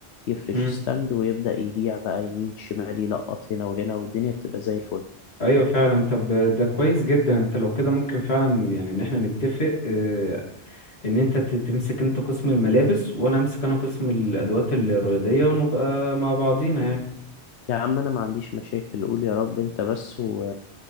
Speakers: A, on the left; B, on the left.
A: يفرش
B: مم.
A: ستاند ويبدأ يبيع بقى يمين شمال يلقط هنا وهنا والدنيا بتبقى زي الفل
B: ايوه فعلا طب ده كويس جدا انت لو كده ممكن فعلا يعني ان احنا نتفق آه، ان انت ت- تمسك انت قسم الملابس وانا امسك انا قسم الادوات الرياضيه ونبقى مع بعضينا يعني
A: يا عم انا ما عنديش مشاكل قول يا رب انت بس و...